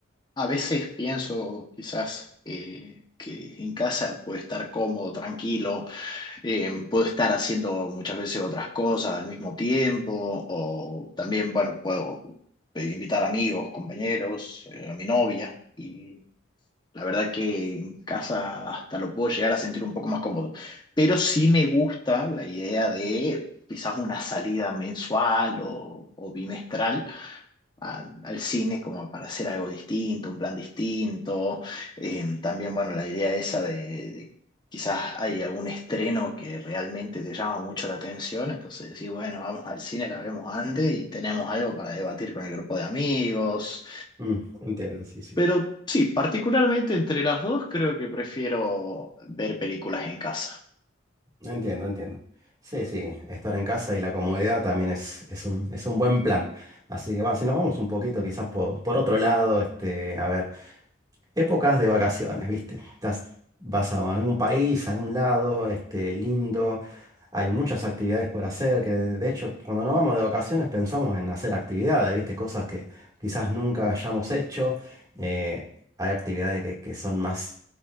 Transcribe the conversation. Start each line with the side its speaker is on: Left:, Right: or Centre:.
Left: a veces pienso quizás eh, que en casa puede estar cómodo, tranquilo, Eh, puedo estar haciendo muchas veces otras cosas al mismo tiempo, o también, bueno, puedo eh, invitar amigos, compañeros, eh, a mi novia, y la verdad que en casa hasta lo puedo llegar a sentir un poco más cómodo. Pero sí me gusta la idea de quizás una salida mensual o, o bimestral a- al cine como para hacer algo distinto, un plan distinto. Eh, también, bueno, la idea esa de, de quizás hay algún estreno que realmente te llama mucho la atención, entonces decís, bueno, vamos al cine, la vemos antes y tenemos algo para debatir con el grupo de amigos.
Right: Mm, entiendo, sí, sí.
Left: Pero sí, particularmente entre las dos creo que prefiero ver películas en casa.
Right: Entiendo, entiendo. Sí, sí, estar en casa y la comodidad también es, es un, es un buen plan. Así que, va, si nos vamos un poquito quizás por, por otro lado, este, a ver. épocas de vacaciones, ¿viste? Estás, vas a algún país, a algún lado, este, lindo. Hay muchas actividades por hacer, que de de hecho, cuando nos vamos de vacaciones pensamos en hacer actividades, ¿viste? Cosas que quizás nunca hayamos hecho. Eh, hay actividades que, que son más